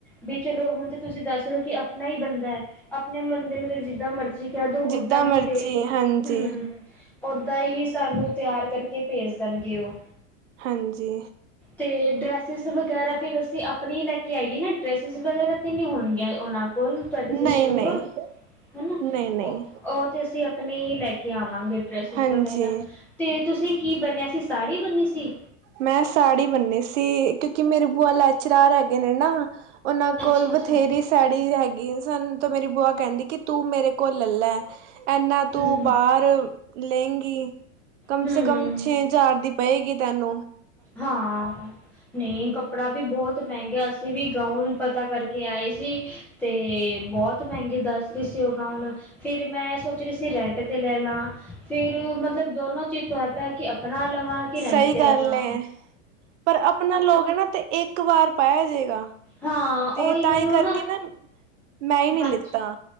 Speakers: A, in the centre; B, on the right (about 65°).
A: ਵੀ ਚਲੋ ਹੁਣ ਤਾਂ ਤੁਸੀਂ ਦੱਸ ਲਓ ਕਿ ਆਪਣਾ ਹੀ ਬੰਦਾ ਹੈ ਆਪਣੇ ਬੰਦੇ ਨੂੰ ਤਾਂ ਜਿੱਦਾਂ ਮਰਜ਼ੀ ਜੀ ਕਹਿ ਦੋ
B: ਜਿੱਦਾਂ
A: ਓਦਾਂ ਹੀ
B: ਮਰਜ਼ੀ
A: ਰੇ
B: ਹਾਂਜੀ
A: ਹਮ ਤਾਂ ਹੀ ਸਾਨੂੰ ਤਿਆਰ ਕਰਕੇ ਭੇਜ ਦੇਣਗੇ ਉਹ
B: ਹਾਂਜੀ
A: ਅਤੇ ਡਰੈਸਿਸ ਵਗੈਰਾ ਫਿਰ ਅਸੀਂ ਆਪਣੇ ਹੀ ਲੈ ਕੇ ਆਈਏ ਨਾ ਡਰੈਸਿਸ ਵਗੈਰਾ 'ਤੇ ਨਹੀਂ ਹੋਣ ਉਹਨਾਂ ਕੋਲ ਤੁਹਾਡੇ ਸਿਸਟਰ
B: ਨਹੀਂ ਨਹੀਂ
A: ਕੋਲ ਹਨਾ
B: ਨਹੀਂ ਨਹੀਂ
A: ਉਹ ਤੇ ਅਸੀਂ ਆਪਣੇ ਹੀ ਲੈ ਕੇ ਆਵਾਂਗੇ ਡ੍ਰੈਸਿਸ
B: ਹਾਂਜੀ
A: ਵਗੈਰਾ ਤੇ ਤੁਸੀਂ ਕੀ ਬੰਨਿਆ ਸੀ ਸਾੜੀ ਬੰਨੀ ਸੀ
B: ਮੈਂ ਸਾੜੀ ਬੰਨੀ ਸੀ ਕਿ ਕਿ ਮੇਰੀਆ ਭੂਆ ਲੈਚਰਾਰ ਹੈ ਨ ਨਾ ਉਹਨਾਂ ਕੋਲ
A: ਅੱਛਾ ਅੱਛਾ
B: ਬਥੇਰੀ ਸਾੜੀ ਹੈਗੀ ਸਨ ਤੇ ਮੇਰੀ ਭੂਆ ਕਹਿੰਦੀ ਕਿ ਤੂੰ ਮੇਰੇ ਕੋਲ ਲੈ ਲੈ ਹੈ ਇਨਾ ਤੂੰ
A: ਹੂੰ
B: ਬਾਹਰ ਲੇਗੀ ਕਮ
A: ਹੂੰ
B: ਸੇ ਕਮ ਛੇ ਹਜ਼ਾਰ ਦੀ ਪਏਗੀ ਤੇਨੂੰ
A: ਹਾਂ ਨਹੀਂ ਕੱਪੜਾ ਵੀ ਬਹੁਤ ਮਹਿੰਗਾ ਅਸੀਂ ਵੀ ਗਾਊਨ ਪਤਾ ਕਰਕੇ ਆਏ ਸੀ ਤੇ ਬਹੁਤ ਮਹਿੰਗੇ ਦੱਸ ਰਹੀ ਸੀ ਉਹ ਗਾਊਨ ਫਿਰ ਮੈਂ ਸੋਚ ਰਹੀ ਸੀ ਰੈਂਟ ਤੇ ਲੈ ਲਾਂ ਫਿਰ ਮਤਲਬ ਦੋਨੋ ਚੀਜ਼ ਤੋਂ ਐ ਪ ਹੈ ਕਿ ਆਪਣਾ ਆਪਣਾ ਲਵਾਂ ਘੇਰੈਂਟ
B: ਸਹੀ
A: ਤੇ ਲਵਾਂ
B: ਗੱਲ ਹੈ ਪਰ ਆਪਣਾ ਲੋਕ ਹੈ ਨਾ ਤੇ ਇੱਕ ਇੱਕ ਵਾਰ ਪਾਇਆ ਜਾਵੇੇਗਾ
A: ਹਾਂ
B: ਤੇ
A: ਉਹੀ
B: ਤਾਂ
A: ਮੈਨੂੰ
B: ਇਹ ਕਰਕੇ ਨਾ ਮੈਂ ਹੀ ਨਹੀਂ
A: ਹਾਂਜੀ
B: ਲਿੱਤਾ